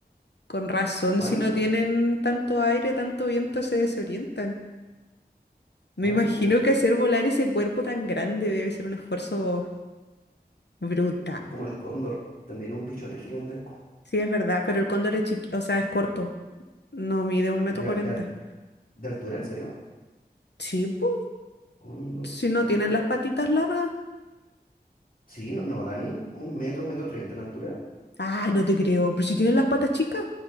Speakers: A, on the left; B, on the left.
A: Con razón,
B: Cuático,
A: si no tienen tanto aire, tanto viento, se desorientan.
B: cuático.
A: Me imagino que hacer volar ese cuerpo tan grande debe ser un esfuerzo brutal.
B: Es como el cóndor, también un bichote gigantesco.
A: Sí, es verdad, pero el cóndor es chiqui, o sea, es corto. No mide un metro
B: ¿De,
A: cuarenta.
B: al- de al- de altura, en serio?
A: Sí, po,
B: Cóndor,
A: si no
B: tamaño.
A: tienen las patitas largas.
B: Sí, no, no, Dani, un metro, un metro treinta en altura.
A: Ah, no te creo, pero si tienen las patas chicas.